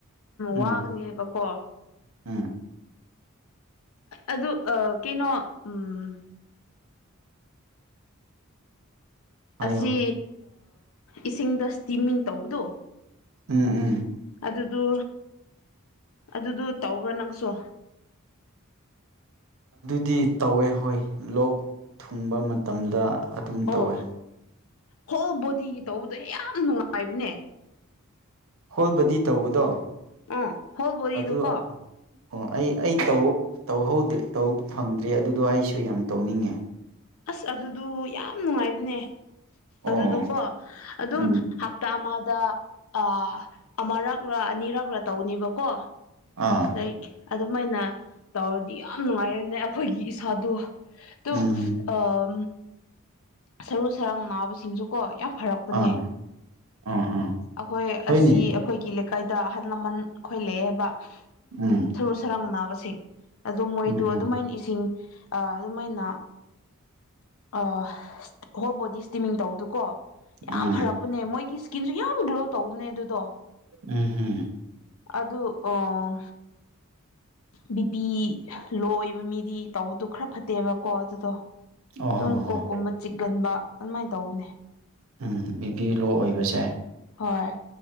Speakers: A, on the right; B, on the left.
A: ꯎꯝ
B: ꯋꯥꯒꯅꯤ ꯍꯥꯏꯕꯀꯣ
A: ꯎꯝ
B: ꯑꯗꯨ ꯑ ꯀꯩꯅꯣ ꯎꯝ
A: ꯍꯥꯏꯌꯣ
B: ꯑꯁꯤ ꯏꯁꯤꯡꯗ ꯏꯁꯇꯤꯃꯤꯡ ꯇꯧꯕꯗꯣ
A: ꯎꯝ ꯎꯝ
B: ꯑꯗꯨꯗꯨ ꯑꯗꯨꯗꯨꯣ ꯇꯧꯕ꯭ꯔꯥ ꯅꯪꯁꯨ
A: ꯗꯤ ꯇꯧꯋꯦ ꯍꯣꯏ ꯂꯣꯛ ꯊꯨꯡꯕ ꯃꯇꯝꯗ ꯑꯗꯨꯝ
B: ꯑꯣ
A: ꯇꯧꯋꯦ
B: ꯍꯣꯜ ꯕꯣꯗꯤꯒꯤ ꯇꯧꯕꯗꯣ ꯌꯥꯝ ꯅꯨꯡꯉꯥꯏꯕꯅꯦ
A: ꯍꯣꯜꯕꯗꯤ ꯇꯧꯕꯗꯣ
B: ꯑ ꯍꯣꯜꯕꯗꯨ
A: ꯑꯗꯨ
B: ꯀꯣ
A: ꯑꯣ ꯑꯩ ꯑꯩ ꯇ ꯇꯧꯍꯧꯗ꯭ꯔꯦ ꯇꯧꯕ ꯐꯪꯗ꯭ꯦ ꯑꯗꯨꯗꯣ ꯑꯩꯁꯨ ꯌꯥꯝ ꯇꯧꯅꯤꯡꯉꯦ
B: ꯑꯁ ꯑꯗꯨꯗꯨ ꯌꯥꯝ ꯅꯨꯡꯉꯥꯏꯕꯅꯦ ꯑꯗꯨꯗꯨꯀꯣ
A: ꯑꯣ
B: ꯑꯗꯨꯝ
A: ꯎꯝ
B: ꯍꯞꯇꯥ ꯑꯃꯗ ꯑ ꯑꯃꯔꯛ ꯑꯅꯤꯔꯛꯂꯥ ꯇꯧꯅꯦꯕꯀꯣ
A: ꯑꯥ
B: ꯂꯥꯏꯛ ꯑꯗꯨꯝꯃꯥꯏꯅ ꯇꯧꯔꯗꯤ ꯌꯥꯝ ꯅꯨꯡꯉꯥꯏꯔꯦꯅꯦ ꯑꯩꯈꯣꯏꯒꯤ ꯏꯁꯥꯗꯣ ꯑꯗꯨꯝ
A: ꯎꯝ ꯎꯝ
B: ꯑꯥ ꯁꯔꯨ ꯁꯌꯥꯡ ꯅꯥꯕꯁꯤꯡꯁꯨꯀꯣ ꯌꯥꯝ ꯐꯔꯛꯄꯅꯦ
A: ꯑꯥ ꯑꯥ ꯍꯥ
B: ꯑꯩꯈꯣꯏ
A: ꯍꯣꯏꯅꯦ
B: ꯑꯁꯤ ꯑꯩꯈꯣꯏꯒꯤ ꯂꯩꯀꯥꯏꯗ ꯑꯍꯜ ꯂꯃꯟ ꯑꯩꯈꯣꯏ ꯂꯩꯌꯦꯕ <unintelligible>
A: ꯎꯝ
B: ꯁꯔꯨ ꯁꯔꯥꯡ ꯅꯥꯕꯁꯤꯡ ꯑꯗꯨ ꯃꯣꯏꯗ
A: ꯎꯝ ꯎꯝ
B: ꯑꯗꯨꯃꯥꯏꯅ ꯏꯁꯤꯡ ꯑ ꯑꯗꯨꯃꯥꯏꯅ ꯑ ꯍꯣꯜ ꯕꯣꯗꯤ ꯏꯁꯇꯤꯃꯤꯡ ꯇꯧꯕꯗꯨꯀꯣ ꯌꯥꯝ
A: ꯎꯝ
B: ꯐꯔꯛꯄꯅꯦ ꯃꯣꯏꯒꯤ ꯏꯁꯀꯤꯟꯖꯨ ꯌꯥꯝ ꯒ꯭ꯂꯣ ꯇꯧꯕꯅꯦ ꯑꯗꯨꯗꯣ
A: ꯎꯝ ꯍꯝ
B: ꯑꯗꯨ ꯑꯣꯝ ꯕꯤꯄꯤ ꯂꯣ ꯑꯣꯏꯕ ꯃꯤꯗꯤ ꯇꯧꯕꯗꯨ ꯈꯔ ꯐꯠꯇꯦꯕꯀꯣ ꯑꯗꯨꯗꯣ
A: ꯑꯣ
B: ꯑꯗꯨꯨꯝ
A: ꯍꯣ ꯍꯣ
B: ꯀꯣꯛꯀꯨꯝꯕ ꯆꯤꯛꯒꯟꯕ ꯑꯗꯨꯃꯥꯏꯅ ꯇꯧꯕꯅꯦ
A: ꯎꯝ ꯕꯤꯄꯤ ꯂꯣ ꯑꯣꯏꯕꯁꯦ
B: ꯍꯣꯏ